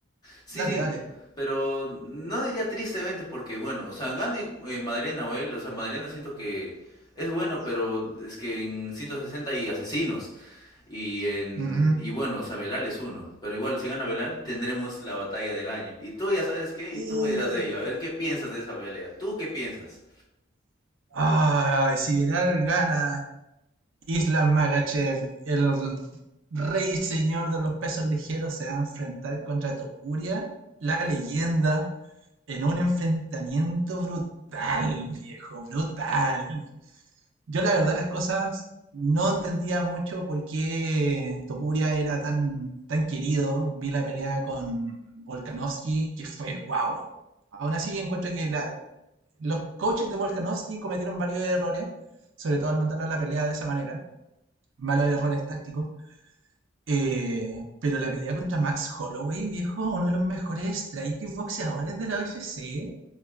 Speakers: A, on the left; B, on the right.
A: Sí,
B: Dale,
A: sí,
B: dale.
A: pero no diría tristemente porque, bueno, o sea, Gandhi, eh, Madalena, Nahuel, o sea, Madalena siento que es bueno, pero es que en 160 hay asesinos. Y en
B: Ujú.
A: y bueno, o sea, Belal es uno. Pero igual, si gana Belal, tendremos la batalla del año. Y tú ya sabes qué,
B: Uh.
A: y tú me dirás de ello. A ver, ¿qué piensas de esa pelea? ¿Tú qué piensas?
B: Ah, si Belal gana, Islam Magachev, el rey y señor de los pesos ligeros, se va a enfrentar contra Topuria, la leyenda, en un enfrentamiento brutal, viejo, brutal. Yo la verdad las cosas no entendía mucho por qué Topuria era tan, tan querido. Vi la pelea con Volkanovski, que fue wow. Aún así encuentro que la- los coaches de Volkanovski cometieron varios errores, sobre todo al mandarlo a la pelea de esa manera malos errores tácticos. Eh, pero la pelea contra Max Holloway, viejo, uno de los mejores strikers boxeadores de la UFC,